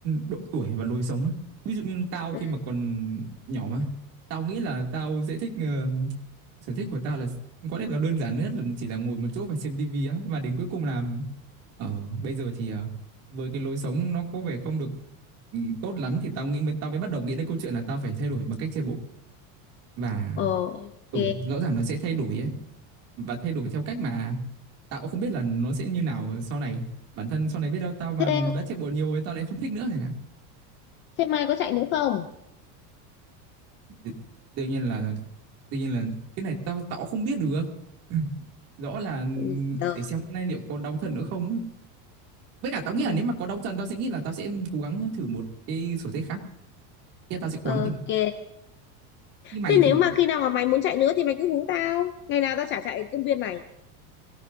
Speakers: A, on the right (about 35°); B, on the left (about 25°).
A: độ tuổi và lối sống á. Ví dụ như tao
B: ừ.
A: khi mà còn nhỏ á, tao nghĩ là tao sẽ thích ờ, sở thích của tao là có lẽ là đơn giản nhất là chỉ là ngồi một chỗ và xem tivi á và đến cuối cùng là ờ bây giờ thì ờ, với cái lối sống nó có vẻ không được ừ, tốt lắm thì tao nghĩ mới tao mới bắt đầu nghĩ đến câu chuyện là tao phải thay đổi bằng cách chạy bộ và
B: Ờ, ok.
A: ừ rõ ràng nó sẽ thay đổi ấy và thay đổi theo cách mà tao cũng không biết là nó sẽ như nào sau này bản thân sau này biết đâu tao mà
B: Thế,
A: đã chạy bộ nhiều ấy tao lại không thích nữa chẳng hạn
B: thế mai có chạy nữa không?
A: Thì đương nhiên là đương nhiên là cái này tao tao cũng không biết được <laughs> rõ là
B: Ui giời.
A: để xem hôm nay liệu có đau chân nữa không á. với cả tao nghĩ
B: Ừ,
A: là nếu mà có đau chân tao sẽ nghĩ là tao sẽ cố gắng thử một cái sở thích khác yeah, tao sẽ cố
B: Ok.
A: gắng tìm như mày
B: Thế
A: thì
B: nếu mà khi nào mà mày muốn chạy nữa thì mày cứ hú tao. Ngày nào tao chả chạy công viên này.